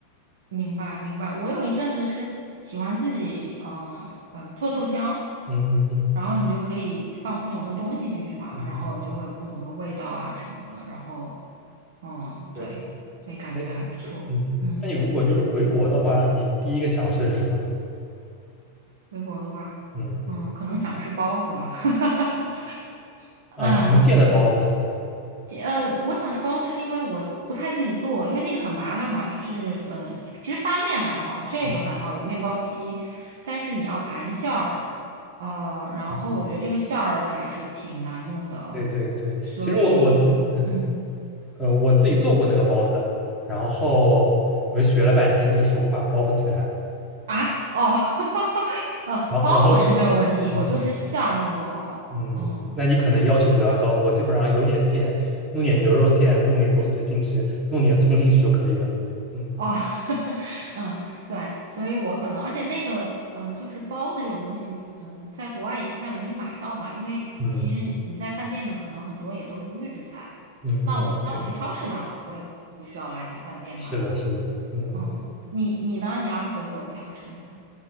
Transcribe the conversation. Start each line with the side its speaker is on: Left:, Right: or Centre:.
Right: 明白明白。我有一阵子是喜欢自己呃呃做豆浆，
Centre: 嗯嗯嗯
Right: 然后你就可以放不同的东西进去嘛，
Centre: 嗯嗯，
Right: 然后就会有不同的味道啊什么的，然后嗯，
Centre: 对，
Right: 对对，感觉还不错。
Centre: 哎，嗯，
Right: 嗯，
Centre: 那你如果就是回国的话，你第一个想吃的是什么？
Right: 回国的话，
Centre: 嗯
Right: 嗯，可能想吃包子吧。<laughs>
Centre: 啊，
Right: 嗯，
Centre: 什么馅的包子？
Right: 呃，我想吃包子是因为我不太自己做，因为那个很麻烦嘛。就是呃，其实发面还好，
Centre: <laughs>
Right: 这个还好，
Centre: 嗯
Right: 有面包机，但是你要盘馅儿，呃，然后我觉得这个馅儿还是挺难弄的，
Centre: 嗯。对对对，
Right: 所以嗯
Centre: 其实我我自嗯，嗯呃我自己做过那个包子，然后我就学了半天那个手法包不起来，
Right: 啊哦，<laughs> 呃，
Centre: 然后然后
Right: 包我是没有问题，
Centre: 嗯
Right: 我就是馅儿弄不好，
Centre: 嗯，
Right: 嗯。
Centre: 那你可能要求比较高，我基本上有点馅，弄点牛肉馅，弄点东西进去，弄点葱进去就可以了。嗯
Right: 哦，<laughs> 嗯，对，所以我可能，而且那个，嗯，就是包子这种东西，嗯，在国外也不太容易买到嘛，因为其实你在饭店的可能很多也都是预制菜。
Centre: 嗯嗯嗯，
Right: 那我那我去超市买好了，
Centre: 对，
Right: 我也不需要来你饭店买了。
Centre: 是的是的，嗯，
Right: 嗯，你你呢？你要是回国，你想吃什么？